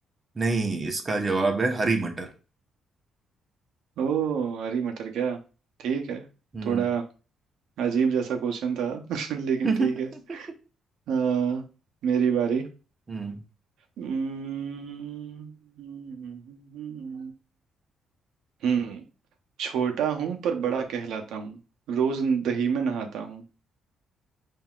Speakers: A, on the right (about 25°); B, on the right (about 80°).
A: नहीं इसका जवाब है हरी मटर
B: ओ हरी मटर क्या ठीक है
A: हम्म
B: थोड़ा अजीब जैसा क्वेश्चन था <laughs> लेकिन
A: <laughs>
B: ठीक है अ, मेरी बारी
A: हम्म
B: हम्म हम्म, हम्म, छोटा हूं पर बड़ा कहलाता हूँ रोज दही में नहाता हूँ